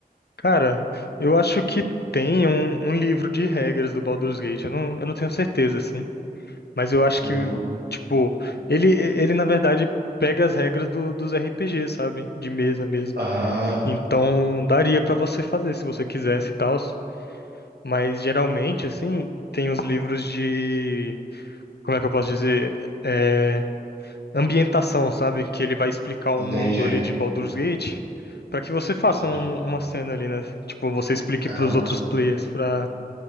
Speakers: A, on the left; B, on the right.
A: cara, eu acho que tem um, um livro de regras do Baldur's Gate. Eu não, eu não tenho certeza, assim. Mas eu acho que,
B: Uhum.
A: tipo, ele, ele na verdade. Pega as regras do- dos RPGs, sabe? De mesa mesmo.
B: Ah.
A: Então, daria pra você fazer se você quisesse e tal. Mas geralmente, assim, tem os livros de, como é que eu posso dizer? É, ambientação, sabe? Que ele vai explicar o
B: Entendi,
A: mundo ali de Baldur's Gate para que você faça
B: entendi.
A: um- uma cena ali, né? Tipo, você explique
B: Caramba.
A: para os outros players pra,